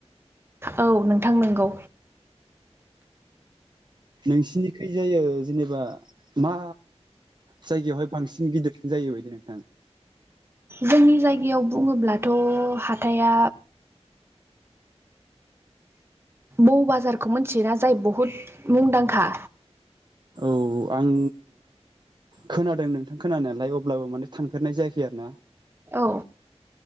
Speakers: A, on the right; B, on the right.
A: औ नोंथां नंगौ
B: नोंसिनिखै जायो जेनेबा मा जायगायावहाय बांसिन गिदिरसिन जायो बायदि नोंथां
A: जोंनि जायगायाव बुङोब्ला थ' हाथाइया बौ बाजारखौ मिथियोना जाय बहुद मुंदांखा
B: औ आं खोनादों नोंथां खोनानायालाय अब्लाबो माने थांफेरनाय जायाखै आरो ना
A: औ